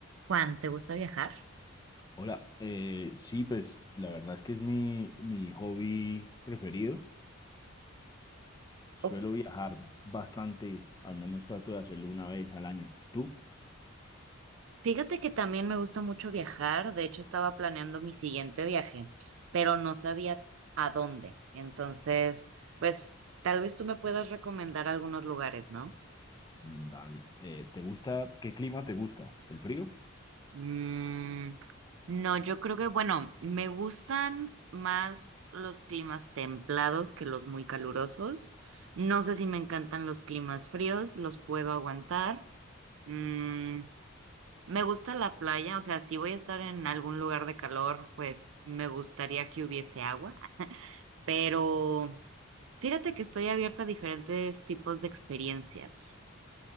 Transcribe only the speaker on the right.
Juan, ¿te gusta viajar?
Oh,
Fíjate que también me gusta mucho viajar. De hecho, estaba planeando mi siguiente viaje, pero no sabía a dónde. Entonces, pues tal vez tú me puedas recomendar algunos lugares, ¿no?
Mm, no, yo creo que, bueno, me gustan más los climas templados que los muy calurosos. No sé si me encantan los climas fríos, los puedo aguantar. Mm, Me gusta la playa, o sea, si voy a estar en algún lugar de calor, pues me gustaría que hubiese agua, pero fíjate que estoy abierta a diferentes tipos de experiencias.